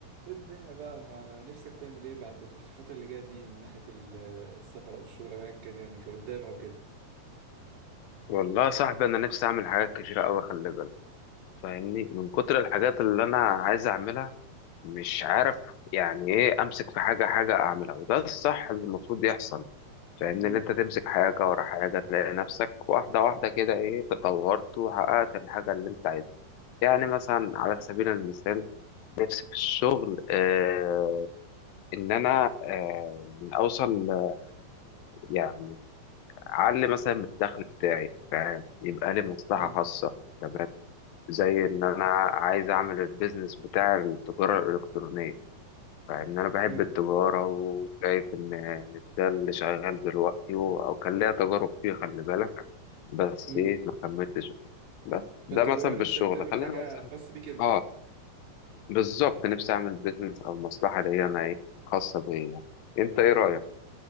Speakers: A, on the right (about 65°); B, on the left (about 85°).
A: ايه الدنيا بقى ما نفسك تعمل ايه بعد الفترة اللي جاية دي من ناحية ال- السفر او الشغل او ايا كان يعني كقدام او كده
B: والله يا صاحبي انا نفسي اعمل حاجات كتيره قوي خلي بالك فاهمني من كتر الحاجات اللي انا عايز اعملها مش عارف يعني ايه امسك في حاجه حاجه اعملها وده الصح اللي المفروض يحصل فاهمني
A: امم
B: ان انت تمسك حاجه ورا حاجه تلاقي نفسك واحده واحده كده ايه تطورت وحققت الحاجه اللي انت عايزها يعني مثلا على سبيل المثال نفسي في الشغل آه ان انا آه يعني اوصل آه، يعني اعلي مثلا من الدخل بتاعي فاهم يبقى لي مصلحه
A: حلو
B: خاصه تمام زي ان انا عايز اعمل البيزنس بتاع التجارة الالكترونية فان انا بحب
A: امم
B: التجارة وشايف ان ده اللي شغال دلوقتي و- او كان ليا تجارب فيه خلي بالك بس
A: امم
B: ايه ما كملتش بس
A: فانت
B: ده مثلا
A: اللي هو نفسك
B: بالشغل
A: تعمل
B: خلينا
A: حاجة
B: مثلا
A: خاص بيك انت
B: اه بالظبط نفسي اعمل بيزنس او مصلحة ليا انا ايه خاصة بيا انت ايه رأيك؟
A: حلو